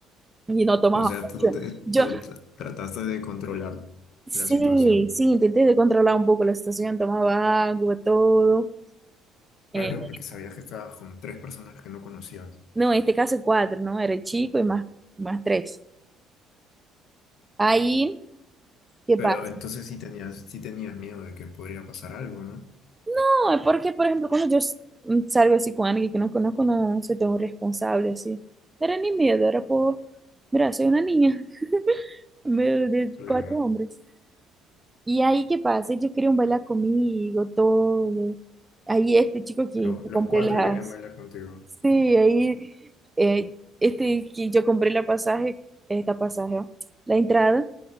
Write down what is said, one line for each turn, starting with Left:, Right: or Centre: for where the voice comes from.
Right: y no tomaba
Left: O sea,
Right: mucho.
Left: tú, te-
Right: Yo
Left: tú tra- trataste de controlar
Right: Sí,
Left: la situación.
Right: sí, intenté de controlar un poco la situación, tomaba agua, todo.
Left: Claro,
Right: Eh,
Left: porque sabías que estabas con tres personas que no conocías.
Right: no, en este caso cuatro, ¿no? Era el chico y más, más tres. Ahí, ¿qué
Left: Pero
Right: pasa?
Left: entonces sí tenías, sí tenías miedo de que podría pasar algo, ¿no?
Right: No, es porque, por ejemplo, cuando yo s- mm, salgo así con alguien que no conozco, no soy tan responsable así. No Era ni miedo, era por, mira, soy una niña <laughs> en medio de
Left: Claro.
Right: cuatro hombres. Y ahí, ¿qué pasa? Ellos querían bailar conmigo, todo. Ahí este chico que
Left: pero los
Right: compré
Left: cuatro
Right: las
Left: querían bailar contigo.
Right: Sí, ahí eh, este, que yo compré la pasaje, esta pasaje, ó, la entrada,